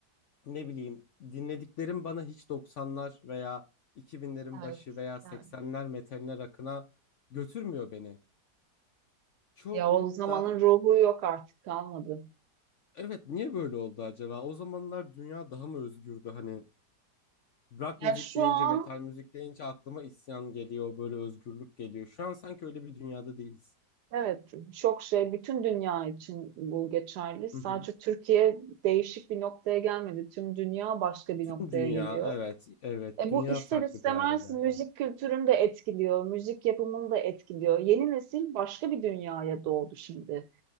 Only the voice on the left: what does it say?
ne bileyim dinlediklerim bana hiç doksanlar veya 2000'lerin başı
veya 80'ler
metaline rock'ına götürmüyor beni. Çoğu
grupta
evet niye böyle oldu acaba? O zamanlar dünya daha mı özgürdü hani Rock
müzik
deyince,
metal müzik deyince aklıma isyan geliyor, böyle özgürlük geliyor. Şu an sanki öyle bir dünyada değiliz.
Hı hı.
Tüm
dünya,
evet, evet,
dünya
farklı
bir hale geldi.